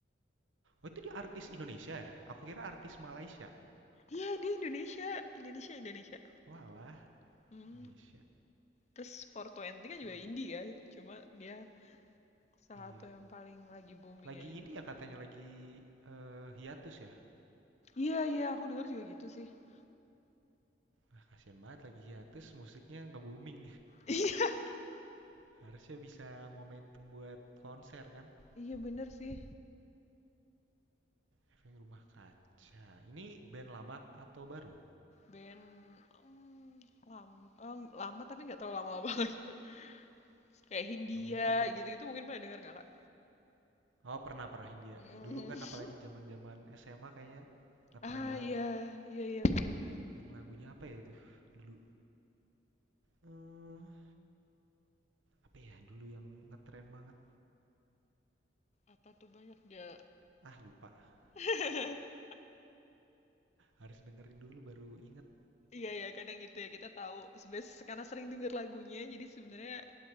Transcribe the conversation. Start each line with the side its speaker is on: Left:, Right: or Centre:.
Right: Oh itu dia artis Indonesia ya? Aku kira artis Malaysia.
Left: Iya dia Indonesia, Indonesia, Indonesia.
Right: Walah,
Left: Hmm.
Right: Indonesia.
Left: Terus 420 kan
Right: Oke,
Left: juga India ya, cuma dia salah
Right: iya.
Left: satu yang paling lagi booming
Right: Lagi
Left: aja.
Right: ini
Left: tuh.
Right: ya katanya lagi eh, hiatus ya.
Left: Iya iya aku denger juga gitu sih. <laughs>
Right: Ah, kasihan banget lagi hiatus, musiknya nge-booming.
Left: Iya
Right: <laughs> Harusnya bisa momentum buat konser kan?
Left: iya bener sih.
Right: Efek Rumah Kaca. Ini band lama atau baru?
Left: Band hmm, lam- eh, lama tapi nggak terlalu lama-lama banget. <laughs> Kayak Hindia
Right: Oh, mungkin
Left: gitu-gitu mungkin pernah denger nggak kak?
Right: Oh pernah pernah Hindia.
Left: Mm.
Right: Dulu kan apalagi
Left: <laughs>
Right: zaman-zaman SMA kayaknya ngetren
Left: Ah
Right: banget.
Left: ya iya, kan? iya iya benar-benar.
Right: Yang lagunya apa ya itu dulu? Eh apa ya dulu yang ngetren banget?
Left: Apa tuh banyak dia.
Right: Ah lupa.
Left: <laughs>
Right: Harus dengerin dulu baru inget.
Left: Iya ya kadang gitu ya kita tahu sebenarnya karena sering denger lagunya jadi sebenarnya